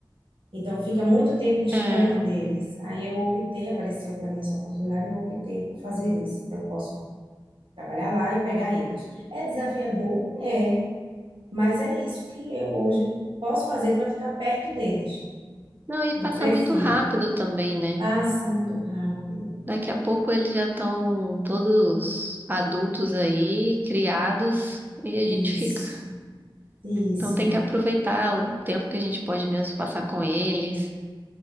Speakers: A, on the right; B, on the right.
A: então fica muito tempo distante
B: É.
A: deles. Aí eu optei, apareceu para mim essa oportunidade, eu optei por fazer isso. Então eu posso trabalhar lá e pegar eles. É desafiador? É, mas é isso que eu hoje posso fazer para ficar perto deles.
B: Não, e
A: Eu
B: passa
A: prefiro.
B: muito rápido também, né?
A: Passa muito rápido.
B: Daqui a pouco eles já estão todos adultos aí, criados, e a gente
A: Isso,
B: fica.
A: isso.
B: Então tem que aproveitar o tempo que a gente pode mesmo passar com eles,